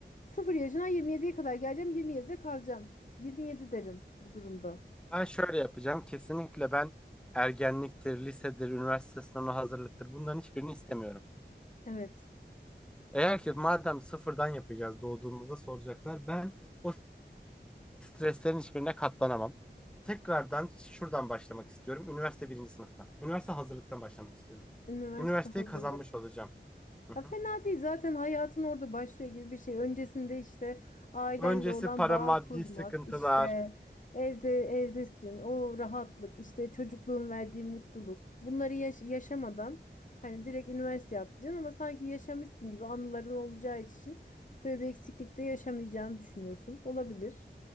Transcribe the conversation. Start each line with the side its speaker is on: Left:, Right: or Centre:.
Left: 0 yaşına 27'ye kadar geleceğim. 27'de kalacağım. 27 derim bu durumda.
Centre: Ben şöyle yapacağım. Kesinlikle ben ergenliktir, lisedir, üniversite sınavına hazırlıktır. Bunların hiçbirini istemiyorum.
Left: Evet.
Centre: Eğer ki madem sıfırdan yapacağız doğduğumuzda soracaklar. Ben o streslerin hiçbirine katlanamam. Tekrardan şuradan başlamak istiyorum. Üniversite birinci sınıftan. Üniversite hazırlıktan başlamak istiyorum.
Left: Üniversite
Centre: Üniversiteyi
Left: hazırlık.
Centre: kazanmış olacağım. Hı
Left: Ha,
Centre: hı.
Left: fena değil zaten hayatın orada başlıyor gibi bir şey. Öncesinde işte ailenle
Centre: Öncesi
Left: olan
Centre: para,
Left: bağ
Centre: maddi
Left: kurmak,
Centre: sıkıntılar.
Left: işte evde evdesin, o rahatlık, işte çocukluğun verdiği mutluluk. Bunları yaş- yaşamadan hani direkt üniversite yapacaksın ama sanki yaşamışsın gibi anıların olacağı için böyle bir eksiklikte yaşamayacağını düşünüyorsun. Olabilir.